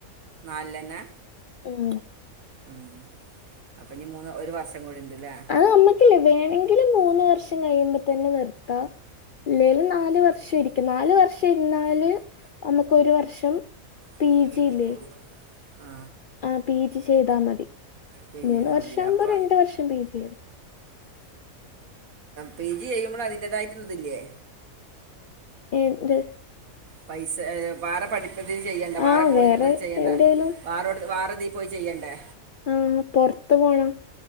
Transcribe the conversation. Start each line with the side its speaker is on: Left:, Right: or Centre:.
Right: നാല്ന്നെ
Left: മ്മ്
Right: ഉം അപ്പൊ ഇനി മൂന്ന് ഒരു വർഷം കൂടി ഉണ്ട്ല്ലേ
Left: അത് നമ്മക്കില്ലേ വേണമെങ്കിലും മൂന്ന് വർഷം കഴിയുമ്പോ തന്നെ നിർത്താം ഇല്ലേലും നാല് വർഷം ഇരിക്ക നാല് വർഷം ഇരുന്നാല് നമ്മുക്ക് ഒരു വർഷം പി
Right: വാതിലടച്ചിട്ടോളൂ
Left: ജി ഇല്ലേ
Right: ആ
Left: ആ പി ജി ചെയ്താൽ മതി
Right: പി
Left: മൂന്ന്
Right: ജി ചെയ്താൽ
Left: വർഷം
Right: മതി
Left: ആകുമ്പോ
Right: അപ്പോൾ
Left: രണ്ട് വർഷം പി ജി ആണ്
Right: പി ജി ചെയ്യുമ്പോൾ അതിന്റേതായിട്ടുള്ളതില്ലേ
Left: ഏ ന്ത്
Right: പൈസേ വേറെ പഠിപ് പ്പതി ചെയ്യേണ്ട വാറെ
Left: ആ
Right: കോ
Left: വേറെ
Right: തിൽ ചെയ്യണ്ടേ
Left: എവിടെലും
Right: വേറെ വേറെതി പോയി ചെയ്യണ്ടേ
Left: മ് പൊറത്തു പോണം